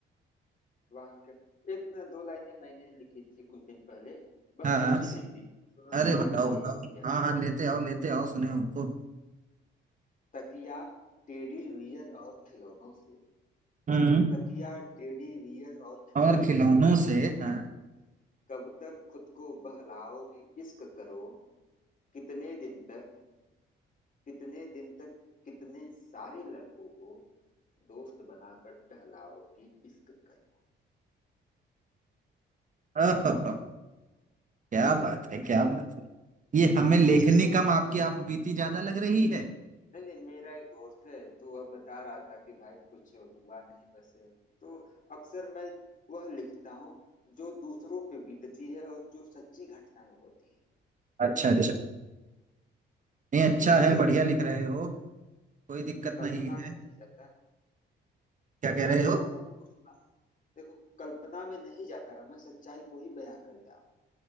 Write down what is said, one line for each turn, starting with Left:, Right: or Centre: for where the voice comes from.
Left: वाह क्या एक न दो लाइनें मैंने लिखी थी कुछ दिन पहले बस
Right: हाँ
Left: यूं
Right: हाँ
Left: ही लिख दी सुनो
Right: अरे
Left: तुम्हारे
Right: बताओ
Left: लिए
Right: बताओ
Left: यह
Right: हाँ
Left: भी
Right: हाँ
Left: है
Right: लेते आओ लेते आओ सुने उनको
Left: तकिया टेडी बियर और खिलौनों से
Right: हम्म
Left: तकिया टेडी बियर और खिलौनों
Right: और खिलौनों
Left: से
Right: से हाँ
Left: कब तक खुद को बहलाओगी इश्क करो कितने दिन तक कितने दिन तक कितने सारे लड़कों को दोस्त बनाकर टहलाओगी इश्क करो
Right: ओहो, क्या बात है क्या बात है ये हमें
Left: हाँ, असल
Right: लेखनी
Left: में मेरा
Right: कम
Left: एक
Right: आपकी आप बीती ज्यादा लग रही है
Left: नहीं नहीं मेरा एक दोस्त है तो वह बता रहा था कि भाई कुछ हुआ नहीं बस तो अक्सर मैं वह लिखता हूँ जो दूसरों पे बीतती है और जो सच्ची घटनाएं होती हैं
Right: अच्छा अच्छा नहीं अच्छा
Left: तो
Right: है बढ़िया लिख रहे हो कोई दिक्कत
Left: कल्पना
Right: नहीं
Left: में
Right: है
Left: नहीं जाता
Right: क्या कह
Left: अगर
Right: रहे हो
Left: लोगों को सुना देखो कल्पना में नहीं जाता मैं सच्चाई को ही बयां करता हूँ